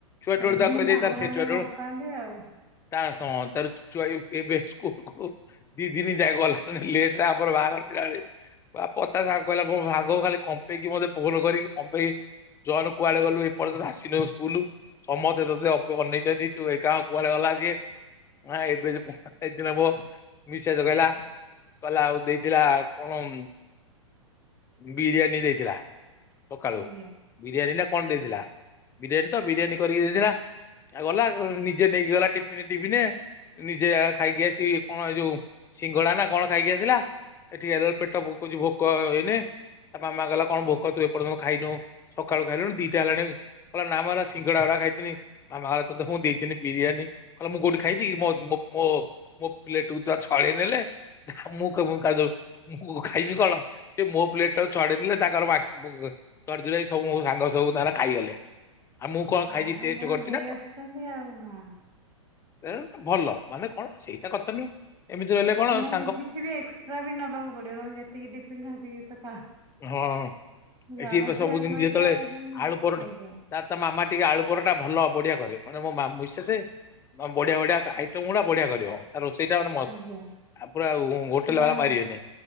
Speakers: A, on the left; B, on the right.
A: ଛୁଆଟୁଳୁ
B: ସେଇଥିପାଇଁ
A: ତାକୁ କହି
B: ସାଙ୍ଗମାନେ
A: ଦେଇତା ସେ ଛୁଆଟୁଳୂ
B: ଭଲ ପାଆନ୍ତି ଆଉ
A: <unintelligible> <unintelligible> <unintelligible> କହିଲା ଭାଗ ଖାଲି କମ୍ପେଇକି ମତେ ଫୋନ କରିକି କମ୍ପେଇକି ଜନ କୁଆଡେ ଗଲୁ ଏପର୍ଯ୍ୟନ୍ତ ଆସିନୋଉ ସ୍କୁଲ ସମସ୍ତେ ତତେ ଅ ଅନେଇଚନ୍ତି ତୁ ଏକାହା କୁଆଡ ଗଲା ସିଏ <unintelligible> ମିସେସ କହିଲା କହିଲା ଆଉ ଦେଇଥିଲା କଣ ଉ ବିରିୟାନୀ ଦେଇଥିଲା। ସକାଳୁ
B: ଆଜ୍ଞା।
A: ବିରିୟାନୀ ନା କଣ ଦେଇଥିଲା ବିରିୟାନୀ ତ ବିରିୟାନୀ କରିକି ଦେଇଥିଲା। ଆଉ ଗଲା ନିଜେ ନେଇକି ଗଲା ଟିଫିନ ରେ ଟିଫିନିଏ ନିଜେ ଖାଇକି ଆସିଚି କଣ ଏ ଯୋଉ ସିଙ୍ଗଡା ନା କଣ ଖାଇକି ଆସିଲା। ଏଠିକି ଆଇଲାଳୁ ପେଟ ଭୋ କହୁଚନ୍ତି ଭୋକ ହେଇନେ ତା ମାମା କହିଲା କଣ ଭୋକ ତୁ ଏପର୍ଯ୍ୟନ୍ତ ଖାଇନୁ ସକାଳୁ ଖାଇଲୁଣି ଦିଟା ହେଲାଣି କଇଲା ନା ମୁଁ ଏରା ସିଙ୍ଗଡା ଉରା ଖାଇଥିନି ତା ମା ତୋ ଦେ ମୁଁ ଦେଇଥିଲି ବିରିୟାନୀ କହିଲା ମୁଁ କୋଉଠି ଖାଇଛି କି ମୋ ମୋ ମୋ ପିଲେଟକୁୁ ତ ଛଡ଼େଇ ନେଲେ। ଏ ମୁଁ କ ମୁଁ ଖାଇବି କଣ ସେ ମୋ ପ୍ଲେଟ ଟାକୁ ଛଡେଇ ନେଲେ ତାଙ୍କର ବାନ୍ ବୁ ତଡି ତୁଡାକି ସବୁ ମୋ ସାଙ୍ଗ ସବୁ ତାଙ୍କର ଖାଇଗଲେ। ଆଉ ମୁଁ କଣ
B: ସେ
A: ଖାଇକି
B: ଆରମ୍ଭରୁ
A: ଟେଷ୍ଟ କରିଚି
B: ଦେଇ
A: ନାଁ କଣ।
B: ଆସିଛନ୍ତି ଆଉ ହଁ।
A: ଏ ଗୋଟେ ଭଲ ମାନେ କଣ ସେଇଟା କଥା ନୁହେଁ ଏମିତି ରହିଲେ କଣ
B: ଟିଫିନ୍
A: ସ
B: କିଛି ବି ଏକ୍ସଟ୍ରା ବି ନବାକୁ ପଡିବ ତମ ଯେତିକି ଟିଫିନ୍ ସେତିକି ତ ଖାଅ।
A: ହଁ
B: ଜଣେ
A: ଏଠି
B: ଛୁଆଙ୍କ
A: ସବୁଦିନ
B: ପାଇଁ
A: ଯେତେବେଳେ
B: ଖାଇବା ପାଇଁ
A: ଆଳୁ ପରଟା
B: ଆଜ୍ଞା।
A: ତା ତା ମାମା ଟିକେ ଆଳୁ ପରଟା ଭଲ ବଢିଆ କରେ ମାନେ ମୋ ମା ମିସେସେ ବଢିଆ ବଢିଆ ଆଇଟମ ଗୁଡା ବଢିଆ କରିବ ତା ରୋଷେଇ ଟା ଗୋଟେ ମସ୍ତ।
B: ଆଜ୍ଞା
A: ଆଉ ପୁରା ହୋଟେଲ୍
B: ଯାହା
A: ବାଲା ପାରିବେନି